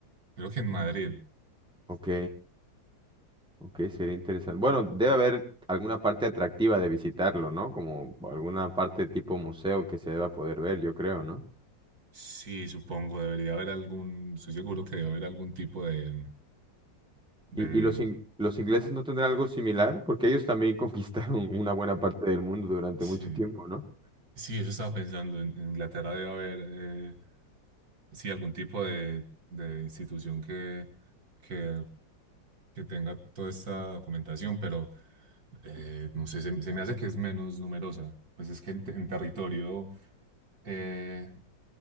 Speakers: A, on the right; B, in the centre.
A: creo que en Madrid.
B: Ok, ok, sería interesante. Bueno, debe haber alguna parte atractiva de visitarlo, ¿no? Como alguna parte tipo museo que se deba poder ver, yo creo, ¿no?
A: Sí, supongo, debería haber algún, estoy seguro que debe haber algún tipo de, de,
B: ¿Y, y los, ing- los ingleses no tendrán algo similar? Porque ellos también <laughs> conquistaron una buena parte del mundo durante
A: sí,
B: mucho tiempo, ¿no?
A: sí, eso estaba pensando, en, en Inglaterra debe haber, eh, sí, algún tipo de, de institución que, que, que tenga toda esta documentación, pero eh, no sé, se, se me hace que es menos numerosa, pues es que en, te- en territorio eh,